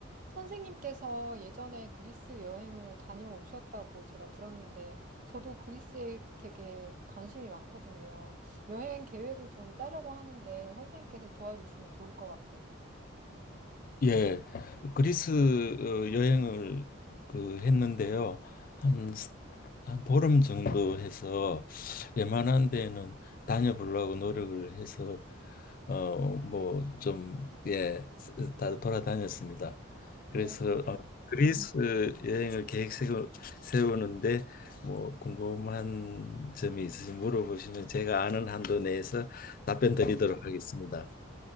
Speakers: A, on the right (about 40°); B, on the left (about 40°).
A: 선생님께서 예전에 그리스 여행을 다녀오셨다고 제가 들었는데, 저도 그리스에 되게 관심이 많거든요. 여행 계획을 좀 짜려고 하는데, 선생님께서 도와주시면 좋을 것 같아요.
B: 예, 그리스 어, 여행을 그 했는데요. 한, 스- 한 보름 정도 해서 웬만한 데는 다녀보려고 노력을 해서 어, 뭐 좀, 예, 쓰- 다 돌아다녔습니다.
A: 네.
B: 그래서 어, 그리스 여행을 계획 세우, 세우는데 뭐 궁금한 점이 있으시면 물어보시면 제가 아는 한도 내에서 답변 드리도록 하겠습니다.